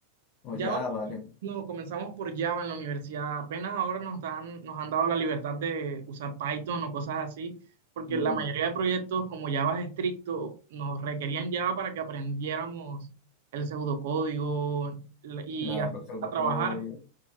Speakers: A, on the left (about 40°); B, on the right (about 55°).
A: O
B: Ya
A: Java, le-
B: No, comenzamos por Java en la universidad. Apenas ahora nos dan, nos han dado la libertad de usar Python o cosas así, porque
A: y
B: la mayoría de proyectos, como Java es estricto, nos requerían Java para que aprendiéramos el pseudocódigo la- y
A: la,
B: a,
A: los pseudocódigos.
B: a trabajar.